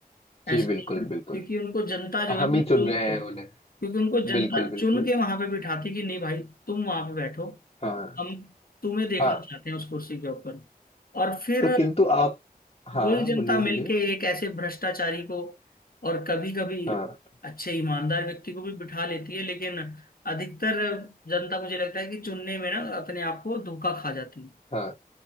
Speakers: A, on the left (about 35°); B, on the left (about 65°).
A: जी
B: ऐसा
A: बिल्कुल
B: नहीं है
A: बिल्कुल
B: क्योंकि उनको जनता जो
A: हम
B: है वो
A: ही चुन
B: चुन
A: रहे
B: के
A: हैं उन्हें
B: क्योंकि उनको जनता
A: बिल्कुल
B: चुन
A: बिल्कुल
B: के वहां पे बिठाती कि नहीं भाई तुम वहां पे बैठो
A: हाँ
B: हम तुम्हें देखना
A: हाँ
B: चाहते हैं उस कुर्सी के ऊपर और फिर
A: तो किंतु आप हाँ
B: वही जनता
A: बोलिए
B: मिलके
A: बोलिए
B: एक ऐसे भ्रष्टाचारी को और कभी कभी
A: हाँ
B: अच्छे ईमानदार व्यक्ति को भी बिठा लेती है लेकिन अधिकतर जनता मुझे लगता है कि चुनने में ना अपने आप को धोखा खा जाती है
A: हाँ